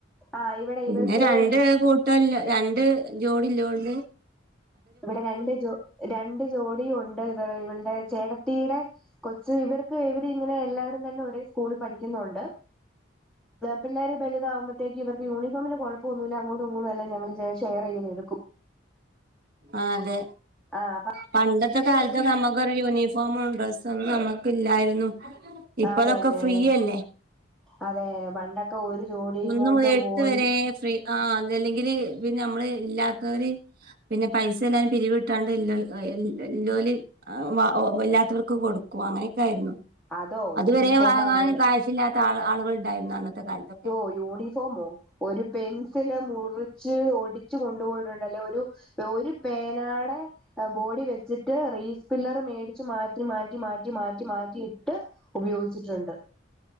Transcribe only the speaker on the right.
പിന്നെ
രണ്ട് കൂട്ടല്ല രണ്ട് ജോഡി ഇല്ലോണ്ട്
ആഹ് അതെ
പണ്ടത്തെ കാലത്തൊക്കെ നമുക്കൊരു യൂണിഫോമും, ഡ്രസ്സൊന്നും, നമ്മക്ക് ഇല്ലായിരുന്നു ഇപ്പ
അതൊക്കെ ഫ്രീയല്ലേ
ഒന്ന്
മുതൽ എട്ട്
വരെ ഫ്രീ ആഹ് അതെല്ലെങ്കില് പിന്നെ നമ്മള് ഇല്ലാത്തവര് പിന്നെ പൈസ എല്ലാരും പിരിവിട്ടാണ്ട് ല്ല ഇല്ല ഇല്ലോല് എഹ് വ ഇല്ലാത്തവർക്ക് കൊടുക്കും അങ്ങനെയൊക്കെ ആയിരുന്നു.
അത്
വരെ വാങ്ങാന്
കാശ് ഇല്ലാ ത്ത ആള് ആളുകള് ഇണ്ടായിരുന്നു അന്നത്തെ കാലത്തൊക്കെ